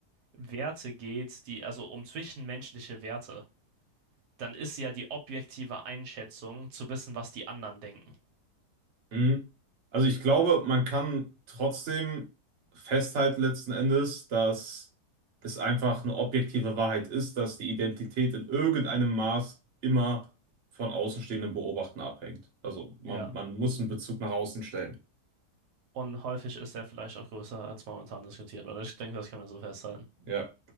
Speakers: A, on the right; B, on the right.
A: Werte geht, die, also um zwischenmenschliche Werte, dann ist ja die objektive Einschätzung zu wissen, was die anderen denken.
B: Mhm. Also ich glaube, man kann trotzdem festhalten letzten Endes, dass es einfach eine objektive Wahrheit ist, dass die Identität in irgendeinem Maß immer von Außenstehenden beobachten abhängt. Also
A: Ja.
B: man, man muss einen Bezug nach außen stellen.
A: Und häufig ist er vielleicht auch größer als momentan diskutiert, oder ich denke, das kann man so festhalten.
B: Ja.